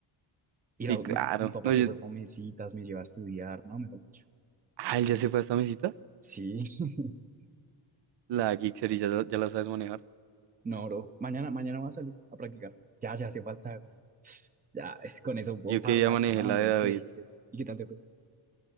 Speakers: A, on the right; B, on the right.
A: Y
B: Sí,
A: la-
B: claro.
A: me- mi papá
B: No,
A: se
B: yo...
A: fue para mesitas, me lleva a estudiar, ¿no? Mejor dicho.
B: Ah, él ya se fue a esta mesita.
A: Sí, <laughs>
B: La Gixxer y ya, la- ya la sabes manejar.
A: no, bro. Mañana, mañana voy a salir a practicar. Ya, ya hace falta. güey. Ya, es con eso puedo
B: Yo que
A: hablar
B: ya manejé
A: de una manera
B: la de
A: increíble.
B: David.
A: ¿Y qué tal te fue?